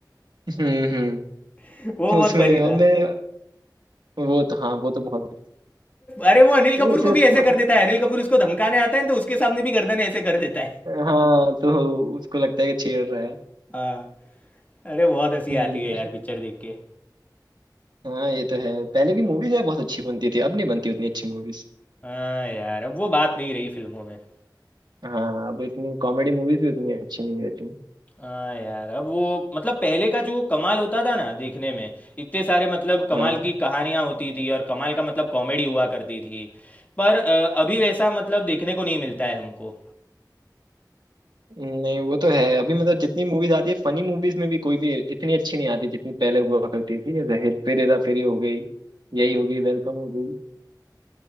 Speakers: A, on the right; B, on the left.
A: हम्म हम्म
B: <laughs> वो बहुत
A: उसमें
B: फनी
A: और
B: था
A: मैं वो तो हाँ वो तो बहुत
B: अरे वो अनिल कपूर
A: नहीं सिर्फ
B: को भी ऐसे कर देता है अनिल कपूर उसको धमकाने आता है तो उसके सामने भी गर्दन ऐसे कर देता है
A: हाँ तो उसको लगता है कि छेड़ रहा है
B: हाँ अरे बहुत हंसी
A: हम्म
B: आती है यार पिक्चर देख के
A: हाँ ये तो है पहले की मूवीज यार बहुत अच्छी बनती थी अब नहीं बनती उतनी अच्छी मूवीज
B: हाँ यार अब वो बात नहीं रही फिल्मों में
A: हाँ अब इतनी कॉमेडी मूवीज भी उतनी अच्छी नहीं रहती
B: हाँ यार अब वो मतलब पहले का जो कमाल होता था ना देखने में इतने सारे मतलब कमाल
A: हाँ
B: की कहानियां होती थी और कमाल का मतलब कॉमेडी हुआ करती थी पर अ, अभी वैसा मतलब देखने को नहीं मिलता है हमको
A: नहीं वो तो है अभी मतलब जितनी मूवीज आती है फनी मूवीज में भी कोई भी इतनी अच्छी नहीं आती जितनी पहले हुआ करती थी जैसे हेर फेर हेरा फेरी हो गई यही हो गई वेलकम हो गई